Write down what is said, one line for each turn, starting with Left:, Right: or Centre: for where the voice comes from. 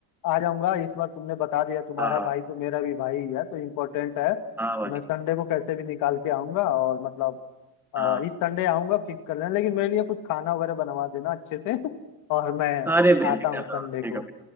Left: आ जाऊंगा इस बार तुमने बता दिया तुम्हारा
Centre: हाँ
Left: भाई तो मेरा भी भाई ही है तो इम्पोर्टेंट है तो
Centre: हाँ भाई
Left: मैं संडे को कैसे भी निकाल के आऊंगा और मतलब अ,
Centre: हाँ
Left: इस संडे आऊंगा फिक्स कर लेना लेकिन मेरे लिए कुछ खाना वगैरह बनवा देना अच्छे से <laughs> और मैं
Centre: अरे बेफिक्र
Left: आता हूँ संडे
Centre: रहो ठीक
Left: को
Centre: है